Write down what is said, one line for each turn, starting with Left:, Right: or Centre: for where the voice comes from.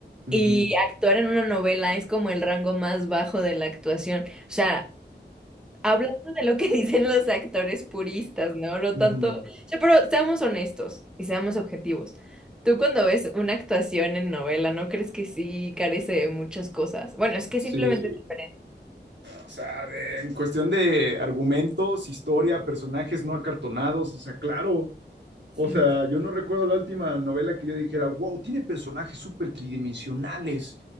Right: Ujú,
Centre: Y actuar en una novela es como el rango más bajo de la actuación. O sea, hablando de lo que <laughs> dicen los actores puristas, ¿no? No
Right: ujú.
Centre: tanto. O sea, pero seamos honestos y seamos objetivos. Tú cuando ves una actuación en novela, ¿no crees que sí carece de muchas cosas? Bueno, es que
Right: Sí,
Centre: simplemente es diferente.
Right: o sea, de- en cuestión de argumentos, historia, personajes no acartonados, o sea, claro.
Centre: Sí.
Right: O sea, yo no recuerdo la última novela que yo dijera, wow, tiene personajes súper tridimensionales.